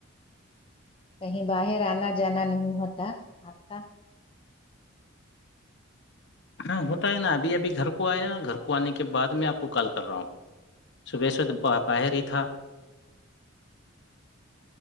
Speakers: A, on the left; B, on the left.
A: کہیں باہر آنا جانا نہیں ہوتا آپ کا
B: ہاں ہوتا ہے نا ابھی ابھی گھر کو آیا گھر کو آنے کے بعد میں آپ کو کال کر رہا ہوں صبح ص باہر ہی تھا